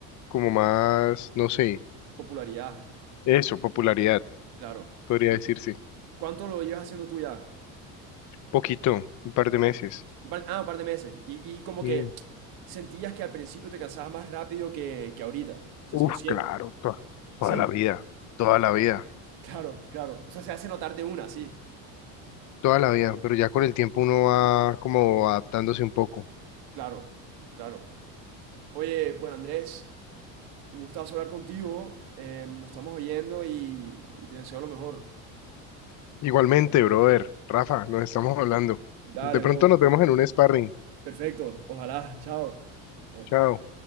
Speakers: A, on the left; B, on the right.
A: como más, no sé,
B: Popularidad,
A: eso, popularidad,
B: claro.
A: podría
B: ¿Y
A: decirse.
B: ¿Cuánto lo llevas haciendo tú ya?
A: Poquito, un par de meses.
B: Un par- ah, un par de meses. Y, y como
A: Mm,
B: que sentías que al principio te cansabas más rápido que, que ahorita. O sea,
A: Uf,
B: se lo siento.
A: claro, to-
B: Sí,
A: toda la vida, toda la vida,
B: claro, claro. O sea, se hace notar de una, sí.
A: toda la vida. Pero ya con el tiempo uno va como adaptándose un poco.
B: Claro, claro. Oye, pues Andrés, Un gustazo hablar contigo. eh, nos estamos oyendo y, y te deseo lo mejor.
A: Igualmente, brother. Rafa, nos estamos hablando.
B: Dale,
A: De pronto
B: bro.
A: nos vemos en un sparring.
B: Perfecto. Ojalá. Chao. Chao.
A: Chao.